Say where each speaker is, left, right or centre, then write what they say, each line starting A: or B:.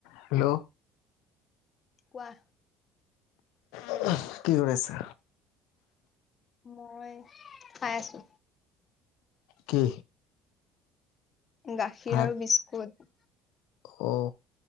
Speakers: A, on the left; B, on the left.
A: Hello
B: কোৱা
A: অহ কি হৈ আছে।
B: মই খাই আছো।
A: কি।
B: গাখীৰ
A: ভাত?
B: আৰু বিস্কুট।
A: অ